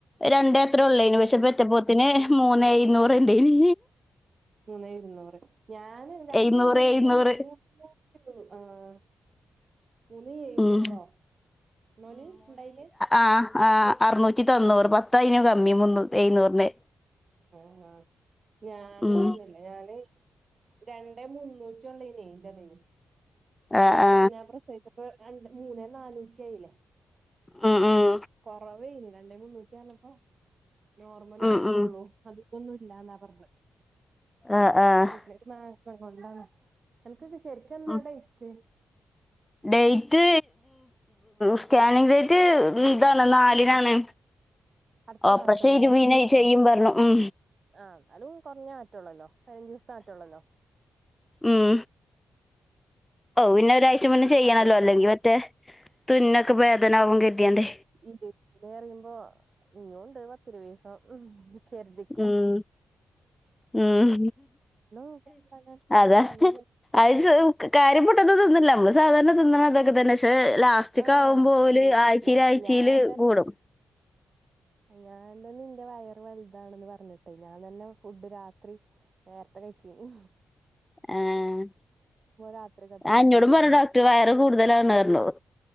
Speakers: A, on the left; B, on the right.
A: രണ്ട എത്ര ഉള്ളേന് പക്ഷെ പെറ്റപ്പോത്തിന് മൂന്ന് എഴുന്നൂറ്ണ്ടേനീ
B: മൂന്നേ ഇരുന്നൂർ ഞാന് രണ്ടേ
A: എഴുന്നൂറ്
B: മുന്നൂ
A: എഴുന്നൂറ്
B: മുന്നൂറ്റിയള്ളൂ ആഹ് മൂന്ന് എഴുന്നൂറോ
A: ഉം
B: മോന് ഉണ്ടായിനെ
A: ആഹ് ആഹ് അറനൂറ്റി തണ്ണൂറ് പത്ത അയ്ൻ കമ്മി മുന്ന എയുന്നൂറിന്
B: ആഹ് ആഹ് ഞാന്
A: ഉം
B: പറഞ്ഞില്ലേ ഞാന് രണ്ടേ മുന്നൂറ്റ ഉള്ള ഇന്റെ ത്
A: ആ
B: ഇന്നിട്ട്
A: ആ
B: അപ്പൊ ഞാൻ പ്രസവിച്ചപ്പോ രണ്ട് മൂന്നേ നാനൂറ്റിയില്ലേ
A: ഉം ഉം
B: കൊറവേ ഇനി രണ്ടേ മുന്നൂറ്റിയ ആന്നപ്പ നോർമല്
A: ഉം
B: തൂക്കള്ളൂ
A: ഉം
B: അത് ഒന്നുല്ല എന്നാ പറഞ്ഞത്
A: ആഹ് ആഹ്
B: പിന്നെ മാസം കൊള്ള എനക്ക് എന്നാ ശരിക്കക്കെന്നാ
A: ഉം
B: ടെയ്റ്റ്
A: ഡേറ്റ് സ്കാനിങ് ഡേറ്റ് ഇതാണ് നാലിനാണ്
B: അടുത്ത
A: ആഹ്
B: മാസല്ലേ
A: പക്ഷേ ഇരു വീന ചെയ്യും പറഞ്ഞു ഉം
B: ആഹ് എന്നാലും കുറഞ്ഞ മാറ്റള്ളല്ലോ പതിനഞ്ച് ദിവസത്തെ മാറ്റള്ളല്ലോ
A: ഉം ഓ പിന്നെ ഒരാഴ്ച മുന്നേ ചെയ്യണല്ലോ
B: അപ്പൊത്തിന്
A: അല്ലെങ്കിൽ മറ്റേ തുന്നെക്കെ വേദന ആവൂ കര്തിയാണ്ടെ
B: ഇല്ല ഇ അറിയുമ്പോ ഇഞ്ഞുണ്ട് പത്തി ഇരുവീസം ഉം ചര്തിക്കോ.
A: ഉം ഉം
B: നോക്കണ്ടാകാൻ
A: അതാ
B: ഇഞ്ഞൊരു
A: അയിസ കാര്യം പൊട്ടന്നും തിന്നില്ല അമ്മള് സാധാരണ തിന്നണതൊക്കെ തന്നെ പശെ ലാ സ്റ്റ
B: ആഹ്
A: ക്കാവുമ്പോല്
B: അത്
A: ആയ്ച്ചീലയ്ച്ചീല്
B: ഞാ ഞാൻ തന്നെ
A: പോവണം.
B: ഞാൻ തന്നെ ഇന്റെ വയർ വല് താ വണംപറഞ്ഞിട്ട് ഞാൻ തന്നെ ഫുഡ് രാത്രി നേരത്തെ കഴിച്ചിനി.
A: ആഹ്
B: രാത്രിക്കത്തെ ഫുഡ്
A: അഹ് ഇഞ്ഞോടും
B: കഴിച്ചീനി
A: പറഞ്ഞു ഡോക്ടർ വയറ് കൂടുതലാണ് അറഞ്